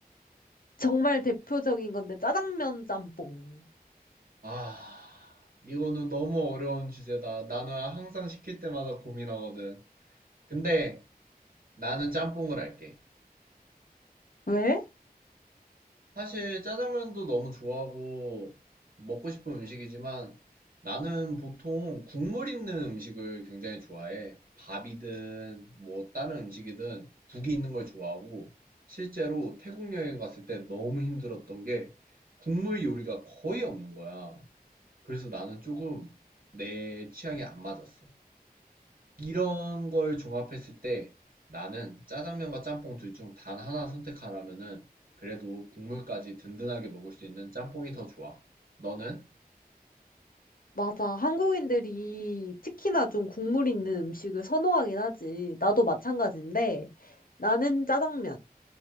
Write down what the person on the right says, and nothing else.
아 이거는 너무 어려운 주제다. 나는 항상 시킬 때마다 고민하거든. 근데 나는 짬뽕을 할게.
사실 짜장면도 너무 좋아하고 먹고 싶은 음식이지만 나는 보통 국물 있는 음식을 굉장히 좋아해. 밥이든 뭐 다른 음식이든 국이 있는 걸 좋아하고 실제로 태국 여행 갔을 때 너무 힘들었던 게 국물 요리가 거의 없는 거야. 그래서 나는 조금 내 취향에 안 맞았어. 이런 걸 종합했을 때 나는 짜장면과 짬뽕 둘 중 단 하나 선택하라면은 그래도 국물까지 든든하게 먹을 수 있는 짬뽕이 더 좋아. 너는?